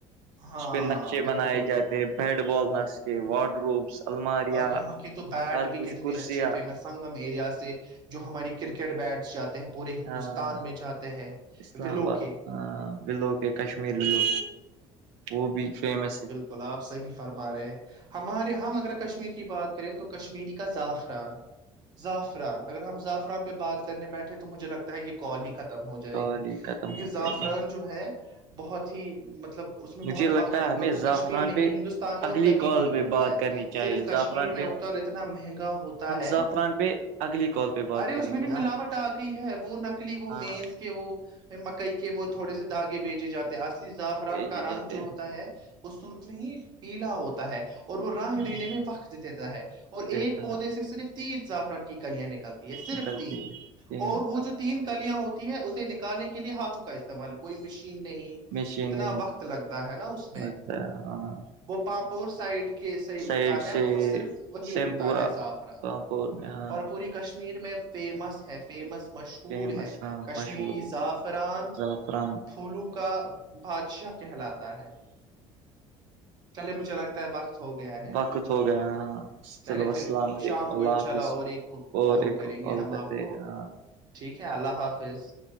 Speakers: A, on the right; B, on the right.
A: ہاں
B: اس پہ نقشے
A: بالکل
B: بنائے جاتے ہیں بیڈ بال نٹس کے وارڈ روبس الماریاں
A: اور یہاں کے تو بیٹ
B: ہر
A: بھی
B: کچھ
A: کتنے
B: کرسیاں
A: اچھے فیمس سنگم ایریا سے جو ہماری کرکٹ بیٹس جاتے ہیں پورے ہندوستان
B: ہاں
A: میں جاتے ہیں
B: اسلام
A: ولو
B: آباد
A: کے
B: لو کے کشمیر لو وہ بھی فیمس ہے
A: گلاب سحیح فرما رہے ہمارے ہم اگر کشمیر کی بات کریں تو کشمییرری کا زعفران زعفران اگر ہم زعفران پہ بات کرنے بیٹھے تو مجھے لگتا ہے یہ کال ہی ختم ہو جائے
B: کال
A: گی
B: یہ ختم
A: کیونکہ
B: ہو
A: زعفران
B: جائے گا
A: جو ہے بہت ہی مطلب اس میں
B: مجھے
A: بہت وقت لگتا
B: ہمیں
A: ہے اور وہ
B: زعفران
A: کشمیر میں
B: پہ
A: ہی ہندوستان میں
B: اگلی
A: اور کہیں
B: کال
A: نہیں
B: پہ
A: اگتا
B: بات
A: ہے
B: کرنی چاہیے
A: صرف کشمیر
B: زعفران پہ
A: میں ا اور اتنا مہنگا ہوتا
B: ہم
A: ہے
B: زعفران پہ اگلی کال پہ بات
A: ارے اس
B: کریں
A: میں بھی
B: گے ہاں
A: ملاوٹ آ گئی ہے وہ نہ وہ
B: ہاں
A: میز کے وہ مکئی کے وہ تھوڑے سے داغے بیجے جاتے ہیں اصلی زعفران
B: بھیجے
A: کا رنگ
B: جاتے
A: جو ہوتا ہے وہ سرخ میں ہی پیلا ہوتا ہے اور وہ رنگ
B: ہاں
A: دینے میں وقت دیتا ہے اور ایک
B: تھا
A: پودے سے صرف تین زا عفران کلیاں نکلتی ہے صرف
B: نکلتی
A: تین
B: ہے
A: اور وہ جو تین کلیاں ہوتی ہے اسے نکالنے کے لیے ہاتھوں کا استعمال کوئی مشین نہیں
B: مشین
A: کتنا وقت لگتا ہے نا اس میں
B: لگتا ہے ہاں
A: وہ پاپور سائڈ کے سے
B: سائڈ
A: اگتا
B: سے
A: ہے اور صرف وہی
B: سیم
A: اگتا
B: پورہ
A: ہے زعفرہ
B: پامپور میں ہاں
A: اور پوری کشمیر میں فیمس ہے فیمس مشہور
B: فیمس
A: ہے
B: ہاں
A: کشمیری
B: مشہور
A: زعفران
B: زعفران
A: پھولو کا بادشاہ کہلاتا ہے چلے مجھے لگتا ہے بق ہو گیا ہے
B: وقت ہو گیا ہاں
A: چلے
B: چلو السلام
A: پھر
B: علیکم
A: شام کو ان
B: حافظ
A: شاء اللہ اور ایک کو
B: اور
A: فون
B: ایک
A: کریں
B: کال
A: گے ہم
B: کرتے
A: آپ کو
B: ہاں
A: ٹھیک ہے اللہ حافظ